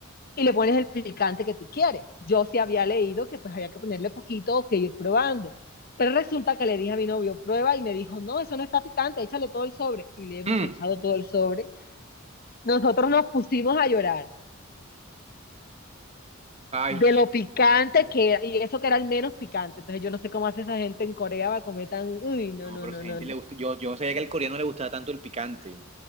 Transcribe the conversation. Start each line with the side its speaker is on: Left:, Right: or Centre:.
Left: y le pones el picante que tú quieres. Yo sí había leído que pues había que ponerle poquito o que ir probando. Pero resulta que le dije a mi novio, prueba, y me dijo, no, eso no está picante, échale todo el sobre. Y le hemos
Right: Mm.
Left: echado todo el sobre. Nosotros nos pusimos a llorar.
Right: Ay,
Left: de lo picante que era, y eso que era el menos picante. Entonces yo no sé cómo hace esa gente en Corea para comer tan, uy, no,
Right: no,
Left: no,
Right: pero
Left: no,
Right: a esa gente
Left: no, no.
Right: le gusta. Yo, yo no sabía que al coreano le gustaba tanto el picante.